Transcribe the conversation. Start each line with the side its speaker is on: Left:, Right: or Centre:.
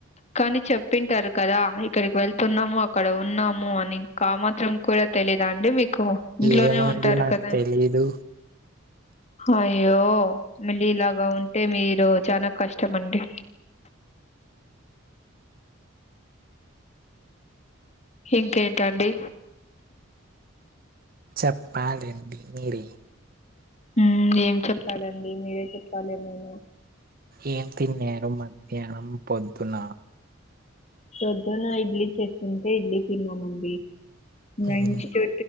Left: కానీ చెప్పింటారు కదా ఇక్కడికి వెళ్తున్నాము అక్కడ ఉన్నాము అని ఇంకా మాత్రం కుడా తెలీదా అండి మీకూ ఇంట్లోనే
Right: ఏమండి
Left: ఉంటారు
Right: నాకు
Left: కదా
Right: తెలీదు
Left: అయ్యో మళ్ళీ ఇలాగా ఉంటే మీరు చానా కష్టం అండి ఇంకేంటండి
Right: చెప్పాలండి మీరే
Left: ఉమ్ ఏం చెప్పాలండి మీరే చెప్పాలి నేను
Right: ఏం తిన్యారు మధ్యానం పొద్దున
Left: పోద్దున ఇడ్లీ చెస్కుంటే ఇడ్లీ తిన్నామండి లంచ్
Right: ఉమ్,
Left: చో